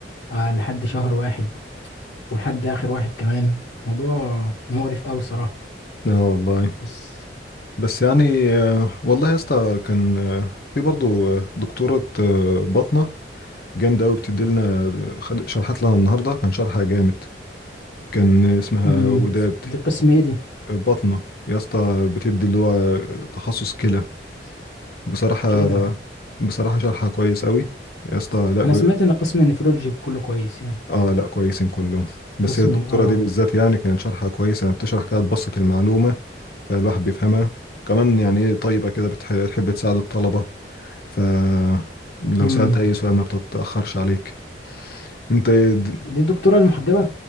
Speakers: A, on the left; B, on the left.
A: آه، لحد شهر واحد ولحد آخر واحد كمان موضوع مقرف أوي صراحة
B: اه والله
A: بس
B: بس يعني آه، والله يا اسطى كان آه، في برضه آه، دكتوره آه، بطنه جامد قوي بتدي لنا خد شرحت لنا النهارده كان شرحها جامد كان اسمها
A: مم.
B: وداد
A: دي قسم إيه دي؟
B: بطنه يا اسطى بتدي اللي هو تخصص كلى بصراحه
A: كلى
B: بصراحه شرحها كويس قوي يا اسطى لا ب...
A: أنا سمعت إن قسم النفرولوجي كله كويس يعني
B: اه لا كويسين كلهم بس
A: قسم
B: هي الدكتوره
A: ال- اه
B: دي بالذات يعني كان شرحها كويس يعني بتشرح كده تبسط المعلومه فالواحد بيفهمها كمان يعني ايه طيبه كده بتح- بتحب تساعد الطلبه ف لو
A: مم.
B: سالت اي سؤال ما بتتاخرش عليك انت إيه د-
A: دي الدكتورة المحجبة